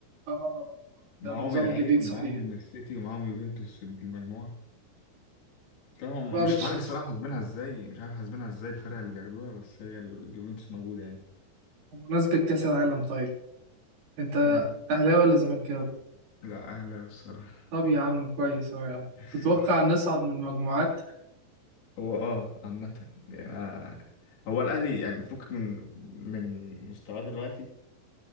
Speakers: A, on the right; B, on the left.
A: اه
B: معاهم
A: ده النظام
B: العين
A: الجديد
B: ومعاهم
A: صحيح
B: السيتي ومعاهم يوفنتوس في المجموعة لا هم
A: بقى
B: مش
A: بتش...
B: عارف الصراحة حاسبينها ازاي مش عارف حاسبينها ازاي الفرق اللي بياخدوها بس هي اليوفنتوس موجودة يعني
A: بمناسبة كأس العالم طيب انت
B: مم.
A: اهلاوي ولا زملكاوي؟
B: لا أهلا الصراحة
A: طب يا عم كويس اهو يعني
B: <laughs>
A: تتوقع نصعد من المجموعات؟
B: هو اه عامة يعني هو الأهلي يعني فك من من مستواه دلوقتي